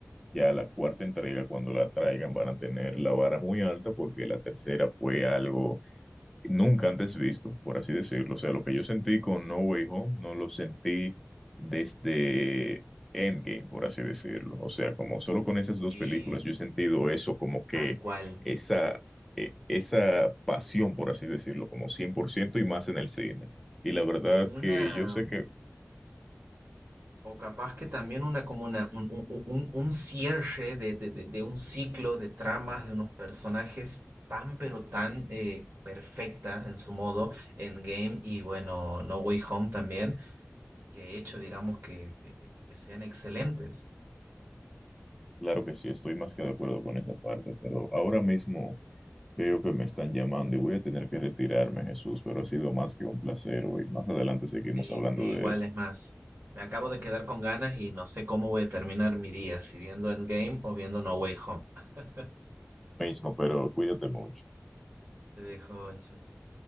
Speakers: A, in the centre; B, on the right (about 55°).
A: ya la cuarta entrega, cuando la traigan, van a tener la vara muy alta porque la tercera fue algo nunca antes visto, por así decirlo. O sea, lo que yo sentí con No Way Home no lo sentí desde Endgame, por así decirlo. O sea, como solo con esas dos
B: Sí,
A: películas yo he sentido eso, como que
B: tal cual.
A: esa, eh, esa pasión, por así decirlo, como 100% y más en el cine. Y la verdad
B: O una,
A: que yo sé que,
B: o capaz que también una como una, un, un- un- un- un cierre de, de- de- de un ciclo de tramas de unos personajes tan pero tan eh, perfecta en su modo, Endgame y bueno, No Way Home también que he hecho, digamos, que, que- que- que sean excelentes.
A: claro que sí, estoy más que de acuerdo con esa parte, pero ahora mismo... Veo que me están llamando y voy a tener que retirarme, Jesús, pero ha sido más que un placer hoy. Más adelante seguimos
B: Sí,
A: hablando
B: sí, igual
A: de esto.
B: es más. Me acabo de quedar con ganas y no sé cómo voy a terminar mi día, si viendo Endgame o viendo No Way Home. <laughs>
A: mismo, pero cuídate mucho.
B: Te dejo, Justin.